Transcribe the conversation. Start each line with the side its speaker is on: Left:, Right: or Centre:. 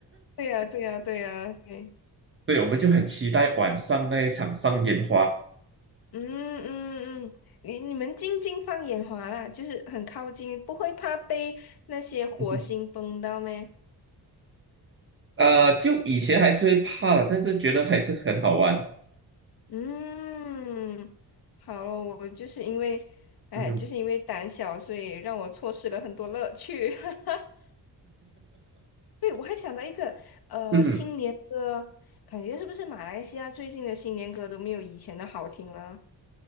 Left: 对呀，对呀，对呀，对。
Right: 对，我们就很期待晚上那一场放烟花。
Left: 嗯嗯嗯，你你们静静放眼华啦，就是很靠近，不会怕被那些火星崩到咩？
Right: 嗯哼，呃，就以前还是会怕的，但是觉得还是很好玩。
Left: 嗯，好了，我就是因为，哎，
Right: 嗯哼
Left: 就是因为胆小，所以让我错失了很多乐趣。<laughs> 对，我还想到一个，呃，
Right: 嗯哼，
Left: 新年歌，感觉是不是马来西亚最近的新年歌都没有以前的好听了？